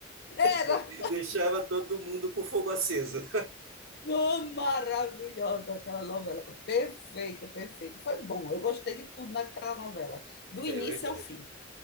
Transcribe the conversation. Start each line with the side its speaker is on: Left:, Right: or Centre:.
Left: Era
Right: <laughs> Deixava todo mundo com o fogo aceso.
Left: uma maravilhosa aquela novela, perfeita, perfeita. Foi bom, eu gostei de tudo naquela novela,
Right: <laughs>
Left: do
Right: É
Left: início
Right: verdade.
Left: ao fim.